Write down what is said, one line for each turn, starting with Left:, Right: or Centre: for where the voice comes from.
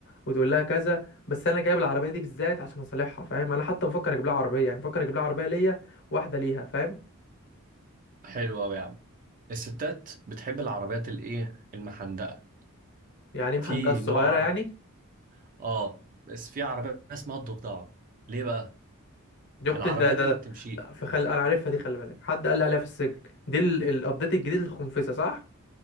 Left: وتقول لها كذا بس انا جايب العربيه دي بالذات عشان اصلحها فاهم انا حتى بفكر اجيب لها عربيه يعني بفكر اجيب لها عربيه ليا واحده ليها فاهم
Right: حلوة أوي يا عم الستات بتحب العربيات الايه المحندقة
Left: يعني محندقه
Right: في
Left: الصغيره
Right: نوع عر...
Left: يعني
Right: اه بس في عربية اسمها الضفدعة ليه بقى
Left: دي اختي
Right: العربية
Left: ده ده,
Right: دي ما بتمشي
Left: ده في خل... انا عارفها دي خلي بالك حد قال لي عليها في السجن دي ال- الابديت الجديد للخنفسه صح